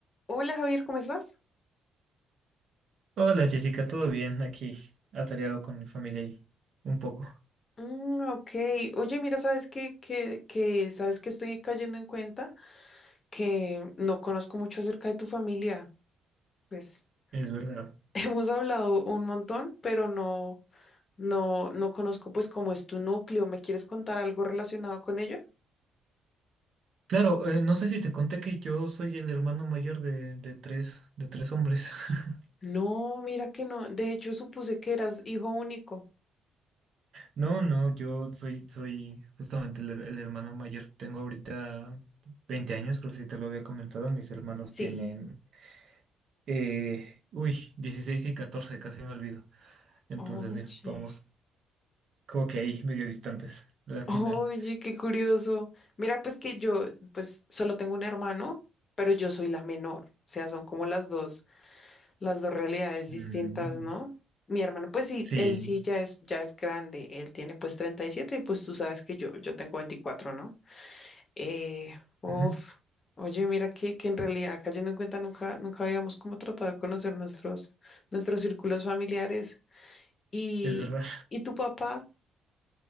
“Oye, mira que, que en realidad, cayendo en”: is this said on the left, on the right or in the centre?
Left